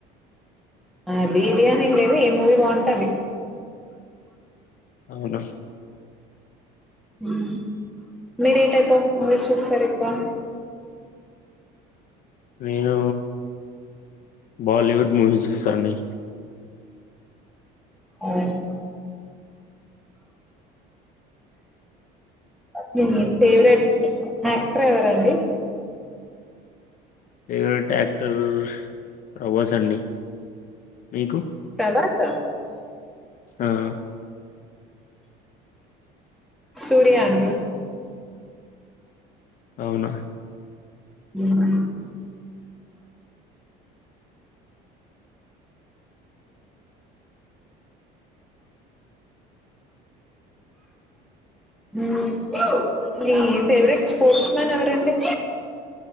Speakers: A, in the centre; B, on the left.
A: అది ఇది అని ఎంలేదు ఏం మూవీ బాగుంటే అది.
B: అవునా.
A: ఉమ్ మీరు ఏ టైప్ ఆఫ్ మూవీస్ చూస్తారు ఎక్కువ.
B: నేను బాలీవుడ్ మూవీస్ చూస్తా అండి.
A: ఉమ్. మీ ఫేవరెట్ యాక్టర్ ఎవరండి.
B: ఫేవరెట్ యాక్టర్ ప్రభాస్ అండి మీకు.
A: ప్రభాస.
B: ఆహ్.
A: సూర్య అండి.
B: అవునా.
A: ఉమ్మ్. ఉమ్ ఆహ్. మీ ఫేవరెట్ స్పోర్ట్స్ మ్యాన్ ఎవరండి.